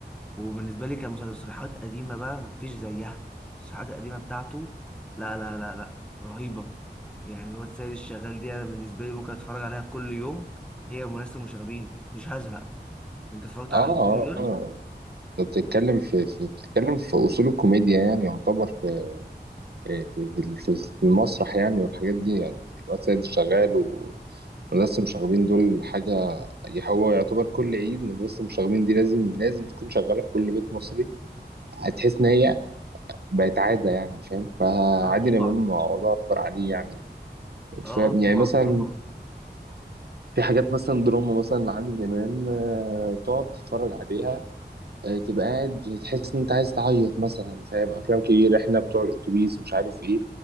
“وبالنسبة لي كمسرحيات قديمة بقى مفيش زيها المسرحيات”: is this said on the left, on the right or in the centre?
Centre